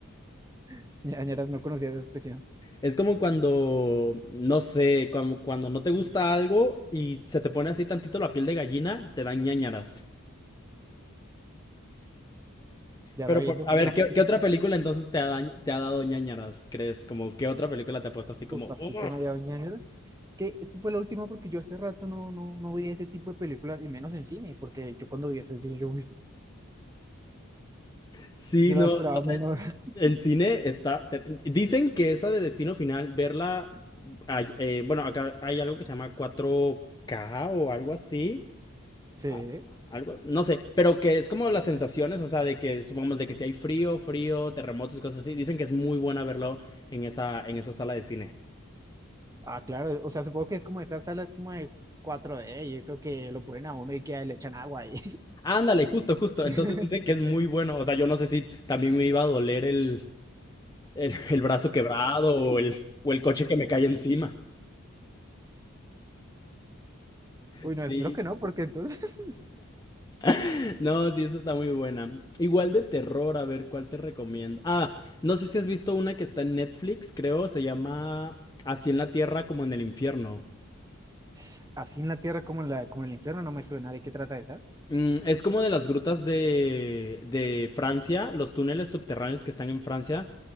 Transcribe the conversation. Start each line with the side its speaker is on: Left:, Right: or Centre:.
Right: <laughs> Ñañaras, no conocía esa expresión,
Left: Es como cuando, no sé, como cuando no te gusta algo y se te pone así tantito la piel de gallina, te dan ñáñaras.
Right: ya
Left: Pero
Right: sabiendo,
Left: por- a ver,
Right: a la próxima,
Left: ¿qué, qué otra película entonces te ha, da- te ha dado ñáñaras, crees? Como, ¿qué otra película te ha puesto así como,
Right: uff, así
Left: "Oh"?
Right: que me ha dado Ñañaras. Que esa fue la última porque yo hace rato no, no, no vi ese tipo de películas, y menos en cine, porque yo cuando vi eso en cine, yo, uy,
Left: Sí,
Right: yo
Left: no,
Right: la esperaba
Left: o sea,
Right: menos. <laughs>
Left: en cine está... ter- Dicen que esa de Destino Final, verla... ay- eh, bueno, acá hay algo que se llama cuatro k o algo así.
Right: Sí.
Left: a- algo, no sé, pero que es como las sensaciones, o sea, de que supongamos de que si hay frío, frío, terremotos y cosas así, dicen que es muy buena verlo en esa, en esa sala de cine.
Right: Ah, claro, o sea, supongo que es como esas salas como de cuatro d y eso que lo ponen a uno y que le echan agua ahí.
Left: Ándale, justo, justo.
Right: <laughs>
Left: Entonces dicen que es muy bueno. O sea, yo no sé si también me iba a doler el, el, el brazo quebrado o el, o el coche que me cae encima.
Right: Uy,
Left: Sí.
Right: no, espero que no, porque entonces
Left: <laughs> No, sí, esa está muy buena. Igual de terror, a ver, ¿cuál te recomiendo? Ah, no sé si has visto una que está en Netflix, creo, se llama Así en la Tierra como en el infierno.
Right: <laughs> así en la tierra como en la, como en el infierno no me suena. ¿De qué trata esa?
Left: Mm, es como de las grutas de, de Francia, los túneles subterráneos que están en Francia.